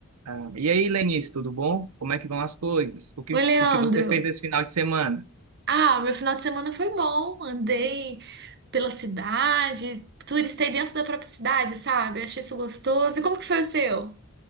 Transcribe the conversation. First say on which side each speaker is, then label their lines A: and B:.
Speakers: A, on the right; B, on the right.
A: Ah, e aí, Lenice, tudo bom? Como é que vão as coisas? O que,
B: Oi, Leandro.
A: o que você fez esse final de semana?
B: Ah, meu final de semana foi bom. Andei pela cidade, turistei dentro da própria cidade, sabe? Achei isso gostoso. E como que foi o seu?